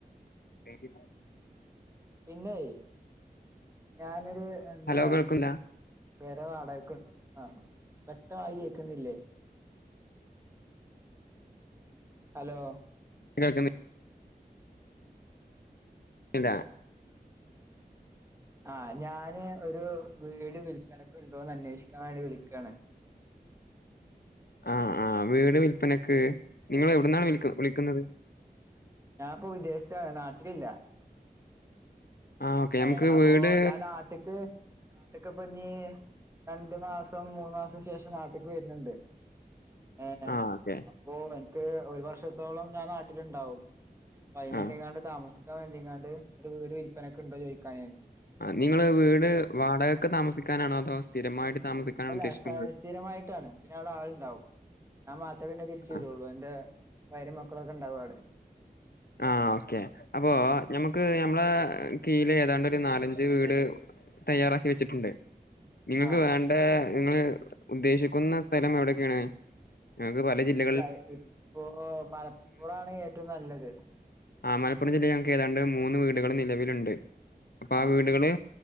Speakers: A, on the left; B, on the right.
A: റേഞ്ച് ഇല്ല
B: പിന്നെയ് ഞാനൊരു എന്താ
A: ഹലോ കേൾക്കുല്ല
B: പെര വാടകക്ക് ആ വ്യക്തമായി കേൾക്കുന്നില്ലേ ഹലോ
A: കേൾക്കുന്നത് ഇല്ല
B: ആഹ് ഞാന് ഒരു വീട് വില്പ്പനൊക്ക്‌ണ്ടോന്ന് അന്വേഷിക്കാൻ വേണ്ടി വിളിക്കാണ്
A: ആഹ് ആഹ് വീട് വില്പ്പനക്ക്‌ നിങ്ങള് എവിടുന്നാണ് വിളിക്ക വിളിക്കുന്നത്
B: ഞാൻ ഇപ്പോ വിദേശത്താണ് നാട്ടിലില്ല
A: ആഹ് ഓക്കെ
B: ഏഹ്
A: നമുക്ക്
B: അപ്പൊ
A: വീട്
B: ഞാൻ നാട്ട്ക്ക് നാട്ട്ക്ക് ഇപ്പൊ ഇഞ്ഞി രണ്ടു മാസം മൂന്ന് മാസം ശേഷം നാട്ട്ക്ക് വരുണുണ്ട് ഏഹ്
A: ആഹ് ഓക്കെ
B: അപ്പോ എനിക്ക് ഒരു വർഷത്തോളം ഞാൻ നാട്ടില്ണ്ടാവും അപ്പ അയ്ൻ വേണ്ടിങ്ങാണ്ട്
A: ആഹ്
B: താമസിക്കാൻ വേണ്ടിങ്ങാണ്ട് ഒരു വീട് വില്പ്പനക്ക്‌ ഇണ്ടോ ചോദിക്കാനെന്നു
A: ആഹ് നിങ്ങള് വീട് വാടകക്ക്‌ താമസിക്കാനാണോ അതോ സ്ഥിരമായിട്ട് താമസിക്കാനാണോ
B: അല്ല
A: ഉദ്ദേശിക്കുന്നത്
B: സ്ഥ സ്ഥിരമായിട്ടാണ് പിന്നെ അവിടെ ആൾണ്ടാവും ഞാൻ മാത്രമേ പിന്നെ തിരിച്ച് വരുള്ളൂ
A: ആഹ്
B: എന്റെ ഭാര്യയും മക്കളൊക്കെ ഇണ്ടാവും അവിടെ
A: ആഹ് ഓക്കെ അപ്പൊ ഞമ്മക്ക് ഞമ്മളെ കീഴില് ഏതാണ്ട് ഒരു നാലഞ്ച് വീട് തയ്യാറാക്കി വെച്ചിട്ടുണ്ട് നിങ്ങൾക്ക്
B: ആഹ്
A: വേണ്ട നിങ്ങള് ഉദ്ദേശിക്കുന്ന സ്ഥലം എവിടക്കെയാണ് ഞങ്ങക്ക് പല ജില്ല
B: യിലായി ഇപ്പോ മലപ്പുറാണ് ഏറ്റവും നല്ലത്
A: ആഹ് മലപ്പുറം ജില്ലയി ഞങ്ങക്ക് ഏതാണ്ട് മൂന്ന് വീടുകള് നിലവിലുണ്ട് അപ്പൊ ആ
B: ആഹ്
A: വീടുകള്